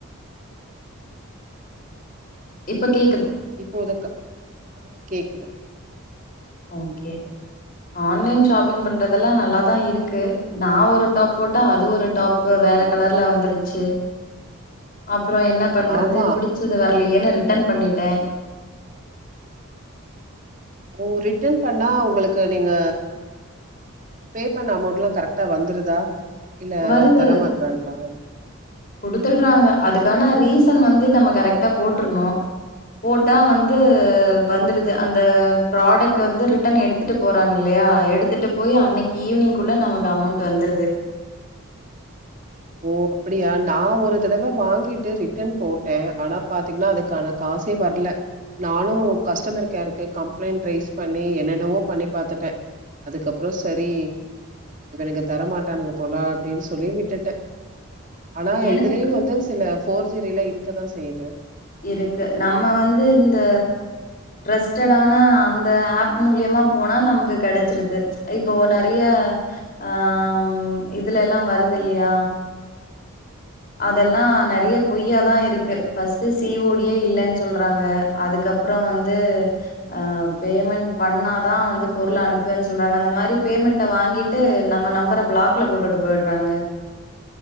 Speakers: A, on the left; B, on the right.
A: இப்ப கே
B: இப்போத க்க ஆ கேக்குது
A: ஓக்கே ஆன்லைன் ஷாப்பிங் பண்றதெல்லா நல்லாத்தா இருக்கு நா ஒரு டாப் போட் டா அது ஒரு டாப்பு வேற கலர்ல வந்துடுச்சு அப் அப்றோ என்ன பண்றது
B: ஆமா.
A: பிடிச்சது வரலயேனு ரிட்டன் பண்ணிட்டே
B: ஓ ரிட்டன் பண்ணா உங்களுக்கு நீங்க பே பண்ண அமௌண்ட்லா கரெக்டா வந்துருதா இல்ல
A: வருது
B: தரமாட்றாங்களா?
A: குடுத்துடுறாங்க அதுக்கான ரீசன் வந் து நம்ம கரெக்ட்டா போற்றுனு போட்டா வந்து வந்துடுது அந்த பிராடக்ட் வந்து ரிட்டன் எடுத்துட்டு போறாங்கல்லையா எடுத்துட்டு போயி அன்னிக்கி ஈவினிங்குள்ள நமக்கு அமௌண்ட் வந்துருது
B: ஓ அப்டியா நான் ஒரு தடவை வாங்கிட்டு ரிட்டன் போட்டேன் ஆனா பாத்தீங்கின்னா அதுக்கான காசே வரல நானும் கஸ்டமர் கேருக்கு கம்ப்ளைண்ட் ரைஸ் பண்ணி என்ன என்னவோ பண்ணி பாத்துட்டேன் அதுக்கப்புறம் செரி இவனுங்க தரமாட்டன்ங்க போலா அப்டின்னு சொல்லி விட்டுட்டேன் ஆனா
A: எனக்கு
B: இதுலயும் வந்து சில போர்ஜரில இருக்கு க்கதான் செய்யுது
A: இருக்கு நம்ம வந்து இந்த ர்ரெஸ்ட்டான அந்த ஆப் மூலியமா போனா நமக்கு கெடைச்சிருது இப்போ நெறய ஆ இதுலலா வருது இல்லையா அத் இதெல்லாம் நெறய பொய்யா தான் இருக்கு ஃபஸ்ட் சிஓடியே இல்லன்னு சொல்றாங்க அதுக்கப்பறம் வந்து ஆ பேமெண்ட் பண்ணாதான் வந்து பொருள் அனுப்புவேன்னு சொல்றாங்க அந்த மாரி பேமெண்ட வாங்கிட்டு நம்ம நம்பரை பிளாக்ல போட்டுட்டு போய்டுறாங்க